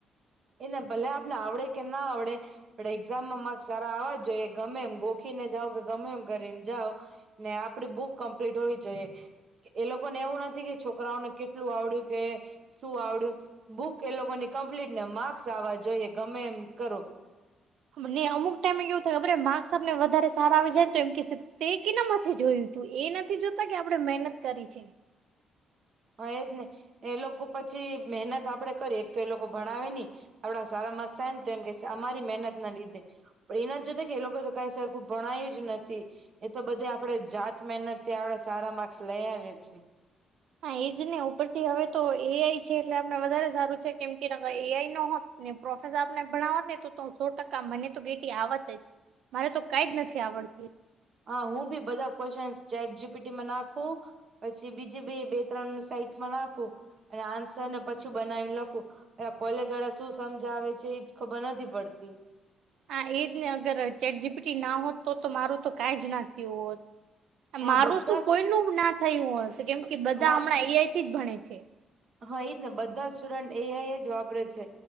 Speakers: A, on the right; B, on the right.
A: એને ભલે આપને આવડે કે ના આવડે પણ એક્ઝામમાં માર્ક્સ સારા આવવા જોઈએ. ગમે એમ ગોખીને જાવ કે ગમે એમ કરીને જાવ. ને આપણી બુક કમ્પ્લીટ હોવી જોઈએ. એ લોકોને એવું નથી કે છોકરાઓને કેટલું આવડ્યું કે, શું આવડ્યું બુક એ લોકોની કમ્પ્લીટ ને માર્ક્સ આવવા જોઈએ ગમે એમ કરો.
B: ને અમુક ટાઈમે કેવું થાય ખબર માર્ક્સ આપને વધારે સારા આવી જાય ને તો એમ કેસે તે કેના માંથી જોયું. તો એ નથી જોતા કે આપણે મહેનત કરી છે.
A: હા એજ ને એ લોકો પછી મહેનત આપડે કરી એક તો એ લોકો ભણાવે ની. આપણા સારા માર્ક્સ આયા ને તો એમ કેશે અમારી મહેનત ના લીધે. પણ એ નથી જોતા કે એ લોકોએ તો કાઈ સરખું ભણાયું જ નથી. એ તો બધે આપણે જાત મહેનતથી આપણે સારા માર્ક્સ લઈ આવ્યા છે.
B: હા એજ ને ઉપરથી હવે તો એઆઈ છે એટલે આપણે વધારે સારું છે. કેમ કે નકા એઆઈ ન હોત ને પ્રોફેસર આપને ભણાવત ને તો તો સો ટકા મને તો કેટી આવત જ. મારે તો કાઈ જ નથી આવડતું.
A: હા હું બી બધા ક્વેશ્ચન ચેટ જીપીટીમાં નાખું. પછી બીજું બે બે ત્રણ સાઈટમાં નાખું. અને આન્સરને પછી બનાવીને લખું. હવે આ કોલેજ વાળા શું સમજાવે છે એજ ખબર નથી પડતી.
B: હા એજ ને અગર ચેટ જીપટી ના હોત તો તો મારું તો કાઈ જ ના થયું હોત.
A: હા
B: મારું
A: બધા
B: શું
A: જ
B: કોઈનું ના થયું હોત કેમ કે બધા
A: હા
B: હમણાં એઆઈથી જ ભણે છે.
A: હા એજ ને બધા સ્ટુડન્ટ એઆઈ જ વાપરે છે.